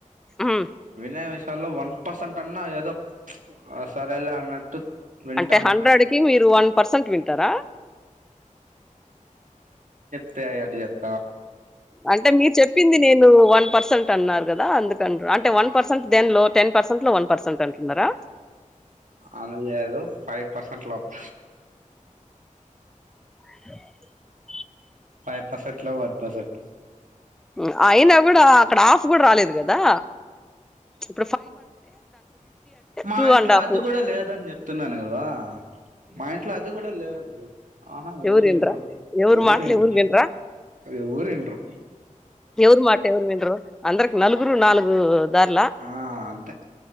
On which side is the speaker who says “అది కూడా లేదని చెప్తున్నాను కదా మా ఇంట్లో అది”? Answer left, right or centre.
Right